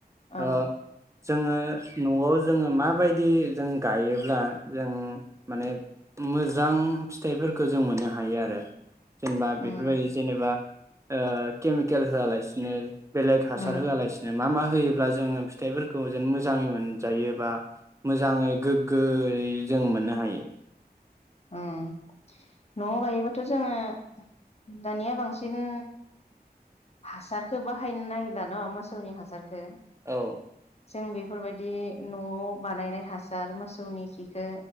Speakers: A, on the left; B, on the right.
A: अ
B: ट जोङो न'आव जोङो माबायदि <unintelligible> गायोब्ला जों माने मोजां फिथाइफोरखौ जों मोननो हायो आरो। जेनेबा
A: उम
B: बेफोरबायदि जेनेबा ओ केमिकेल होआलासिनो बेलेग हासार
A: उम
B: होआलासिनो मा मा होयोब्ला जोङो फिथाइफोरखौ जेन मोजाङै मोनजायोबा मोजाङै गोग्गोयै जों मोननो हायो।
A: ओं न'आव गायोबाथ' जोङो दानिया बांसिन हासारखो बाहायनो नागिर न मोसौनि हासार खो
B: औ
A: जों बेफोरबायदि न'आव बानायनाय हासार मोसौनि खिखौ